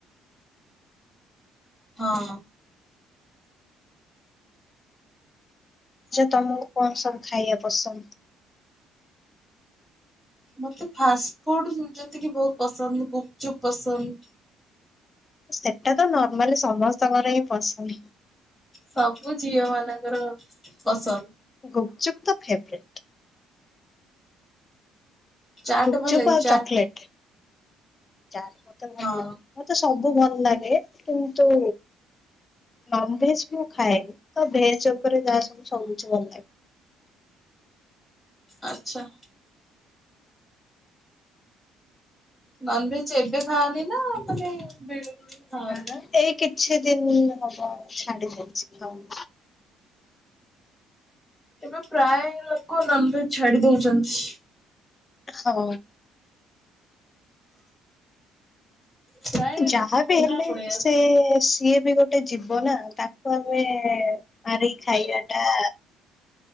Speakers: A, in the centre; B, on the left.
A: ହଁ।
B: ଆଛା ତମକୁ କଣ ସବୁ ଖାଇଆ ପସନ୍ଦ?
A: ମତେ ଫାଷ୍ଟଫୁଡ଼ ଯେତିକି ବହୁତ ପସନ୍ଦ ଗୁପଚୁପ ପସନ୍।
B: ସେଟା ତ ନର୍ମାଲି ସମସ୍ତଙ୍କର ହିଁ ପସନ୍।
A: ସବୁ ଝିଅ ମାନଙ୍କର ପସନ୍ଦ।
B: ଗୁପଚୁପ୍ ତ ଫେବରେଟ୍।
A: ଚାଟ
B: ଗୁପଚୁପ୍
A: ଭଲ ଲାଗେ
B: ଆଉ
A: ଚାଟ
B: ଚକଲେଟ୍। ଚା ମତେ ଭଲ
A: ହଁ
B: ଲାଗେ ମତେ ସବୁ ଭଲ ଲାଗେ କିନ୍ତୁ ନନଭେଜ ମୁଁ ଖାଏନି ତ ଭେଜ ଓପରେ ଯାହା ସବୁ ସବୁ କିଛି ଭଲ ଲାଗେ।
A: ଆଚ୍ଛା। ନନଭେଜ ଏବେ ଖାଅନି ନା ମାନେ ବେଳେବେଳେ
B: ଲାଗେ।
A: ଖାଅନି?
B: ଏଇ କିଛି ଦିନ୍ ହବ ଛାଡ଼ି ଦେଇଛି ଖାଉନି।
A: ଏବେ ପ୍ରାଏ ଲୋକ ନନଭେଜ ଛାଡ଼ି ଦଉଛନ୍।
B: ହଁ।
A: ପ୍ରାୟ
B: ଯାହା ବିି
A: ବୁଢା
B: ହେଲେ
A: ପଳେଇ ଆସୁଛି।
B: ସେ ସିଏ ବି ଗୋଟେ ଜୀବ ନା ତାକୁ ଆମେ ମାରିକି ଖାଇବାଟା